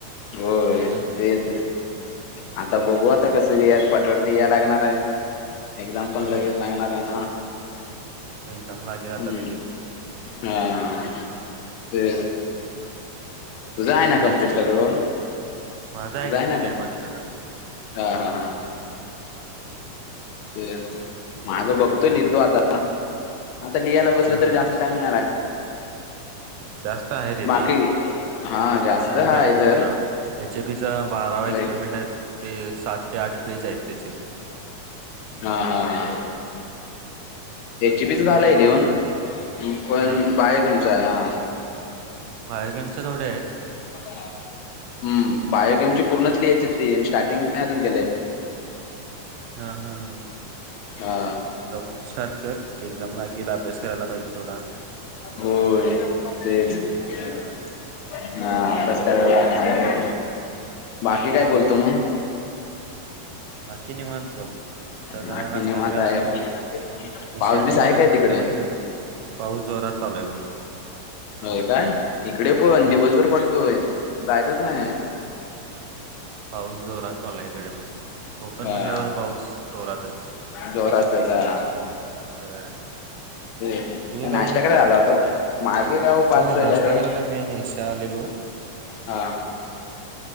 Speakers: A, on the left (about 90°); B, on the right (about 80°).
A: होय
B: येणार कधी
A: तेेच ते आता बघू आता कस यात पटोट लिय लागणार आहे एकदम पण
B: होय
A: लगे लागणार आहे ना
B: एक्झाम लागेल आता
A: हम्म
B: लगेच
A: हा ते तुझा आहे
B: कधी
A: ना
B: व्हायचं
A: कंप्लीट
B: लिहून
A: सगळं
B: माझं आहे
A: जाय
B: कम्प्लीट
A: ना गण
B: आहे माझं सगळं
A: हा हा हा ते माझ बघतोय
B: हो
A: लिह तो आता आता लिहायला बसलं
B: हा
A: तर
B: हा
A: जास्त टाइम नाही लागत
B: जास्त आहे रे ते
A: बाकी हा जास्त
B: टाइम
A: हाय
B: लागतो
A: तर
B: त्याला हचे पीसम बारावा
A: होय
B: एक्सपेरिमेंट आहे ते सात ते आठ पेज आहेत त्याचे
A: हा हा हा त्याची
B: एचएपीचे
A: बी तर झालंय लिहून
B: ते सा
A: पण
B: हा
A: बाहेर तुमचं आहे हा
B: माय गेमचे थोडे आहेत
A: ह हम् बाहेमची पूर्णच लिहायची ती म स्टार्टिंग नाही अजून केलेय
B: हा हा ह
A: हा
B: लवकर स्टार्ट कर एक्झाम लागेल आप अभ्यास करायला पाहिजे थोडा
A: होय तेच ना
B: होय
A: मस कराला लागणार आहे बाकी काय
B: होय
A: बोलतो मी
B: बाकी निवांत बघ आता जरा
A: बाकी
B: नाश्टा
A: निवांत
B: करायला
A: आहे
B: आलेलो
A: पाऊस
B: श्याने
A: बीस
B: मी
A: आहे
B: नाश्ता
A: काय तिकडे?
B: करायला गेलेलो पाऊस जोरात चालू आहे भाई.
A: होय काय इकडे पण दिवसभर
B: हो
A: पडतोय जायतच नाही.
B: पाऊस जोरात चालायकडे पण. कोकण
A: हा
B: म्हणल्यावर बाऊस तोरातच.
A: जोरातच हा.
B: हम्.
A: तेच
B: तुझं
A: नाश्ता
B: गाव कोणतं
A: करायला आला होता? माझं गाव पाचल
B: हो नाश्ता
A: हरळ.
B: करायला मीशा आलेलो. ड.
A: हा.